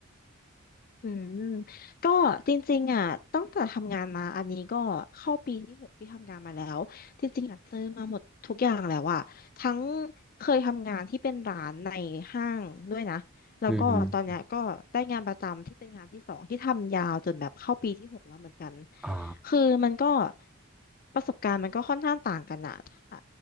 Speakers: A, on the left (about 45°); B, in the centre.
A: อืมก็จริงๆอ่ะตั้งแต่ทำงานมาอันนี้ก็เข้าปีที่หกที่ทำงานมาแล้วจริงๆอ่ะเจอมาหมดทุกอย่างแล้วอ่ะทั้งเคยทำงานที่เป็นร้านในห้างด้วยนะแล้วก็ตอนเนี้ยก็ได้งานประจำที่เป็นงานที่สองที่ทำยาวจนแบบเข้าปีที่หกแล้วเหมือนกัน
B: อืมอ่า
A: คือมันก็ประสบการณ์มันก็ค่อนข้างต่างกันอะถ้า